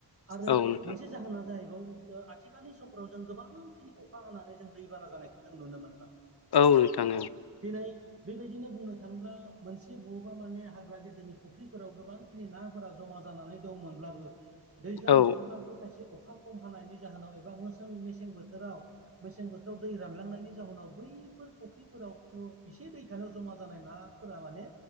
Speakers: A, on the right; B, on the left.
A: आरो
B: औ नोंथां
A: मोनसे जाहोनाव जाहैबायाव आथिखालनि समफ्राव जों गोबांखिनि अखा हानानै जों दैबाना जानायखौ जों नुनो मोनला दिनै
B: औ नोंथां
A: बेबायदिनो बुंनो थाङोब्ला मोनसे बबेबा माने हाग्रा गेजेरनि फुख्रिफोराव गोबांखिनि नाफोरा जमा जानानै दंमोनब्लाबो दैज्लां
B: औ
A: बोथोरबाबो खायसे अखा खम हानायनि जाहोनाव एबा मोसों मेसें बोथोराव मेसें बोथोराव दै रानलांनायनि जाहोनाव बैफोर फुख्रिफोराव इसे दै थानायाव जमा जानाय नाफोरा माने